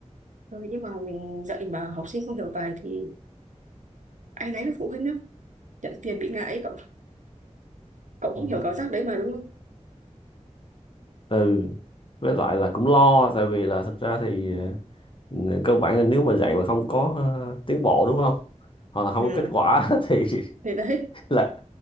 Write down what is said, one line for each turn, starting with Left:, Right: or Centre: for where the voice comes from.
Right: Ừ, nhưng mà mình dạy mà học sinh không hiểu bài thì ai nấy với phụ huynh lắm. Nhận tiền bị ngại ấy, cậu, cậu cũng
Left: ừ.
Right: hiểu cảm giác đấy mà đúng không?
Left: ừ với lại là cũng lo tại vì là thực ra thì ờ, cơ bản là nếu mà dạy mà không có ờ, tiến bộ đúng không hoặc là không
Right: Ừ,
Left: có kết quả <laughs> thì
Right: thì đấy,
Left: là